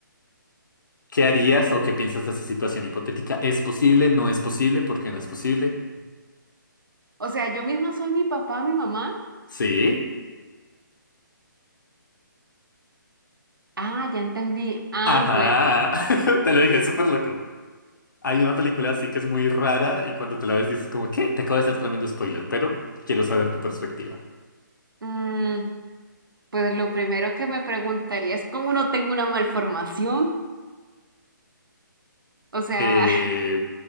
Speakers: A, on the left; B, on the right.
A: ¿Qué harías o qué piensas de esa situación hipotética? ¿Es posible? ¿No es posible? ¿Por qué no es posible?
B: O sea, yo misma soy mi papá, mi mamá.
A: ¿Sí?
B: Ah, ya entendí. Ah,
A: Ajá.
B: pues,
A: <laughs> Te lo dije, es súper loco. Hay una película así que es muy rara y cuando te la ves dices como, ¿qué? Te acabo de hacer tremendo spoiler, pero quiero saber tu perspectiva.
B: mm, pues lo primero que me preguntaría es cómo no tengo una malformación. O sea,
A: Eh,